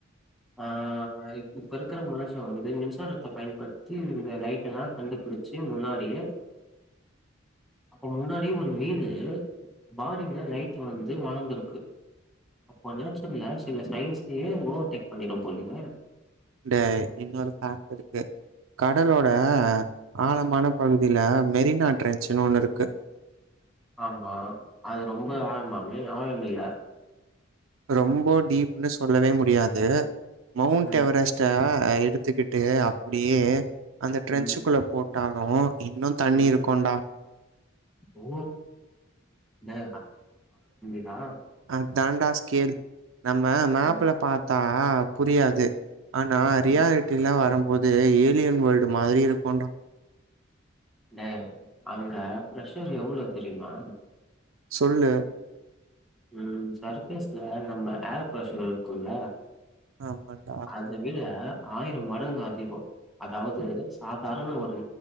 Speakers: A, in the centre; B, on the right.
A: ஆ இப்ப இருக்கிற மனுஷ வந்து மின்சாரத்த பயன்படுத்தி இந்த லைட்டெல்லா கண்டுபிடிச்சு முன்னாடியே
B: <inaudible>
A: அப்ப முன்னாடியே ஒரு மீனு பாடியில லைட் அது வந்து வாங்கறக்கு அப்போ <unintelligible> சில சயின்ஸ்லயே ஓவர்டேக் பண்ணிடு போலயே
B: டேய் இன்னொரு <unintelligible> இருக்கு கடலோட ஆழமான பகுதில மெரினா ட்ரெச்சுன்னு ஒண்ணு இருக்கு
A: ஆமா அது ரொம்ப ஆழமாமே ஆழம் இல்ல
B: ரொம்போ டீப்ன்னு சொல்லவே முடியாது மவுண்ட்
A: ம்,
B: எவரெஸ்ட் த எடுத்துக்கிட்டு அப்படியே அந்த ட்ரெஞ்சுக்குள்ள
A: ம்,
B: போட்டாலு இன்னு தண்ணி
A: ம்.
B: இருக்குன்டா
A: ஓ என்ன <unintelligible>
B: அதாண்டா ஸ்கேல் நம்ம மேப்ல
A: ம்,
B: பாத்தா புரியாது ஆனா
A: ம்.
B: ரியாலிட்டிலா வரும்போது ஏலியன் வேல்டு மாரி இருக்குடா
A: டேய் அங்க பிரஷர் எவ்வளோ தெரிமா
B: சொல்லு
A: ம் சர்ஃபேஸ்ல நம்ம ஏர் ப்ரஷர் இருக்கும்ல
B: ஆமான்டா
A: அத விட ஆயிரோ மடங்கு அதிகோ அதாவது சாதாரண ஒரு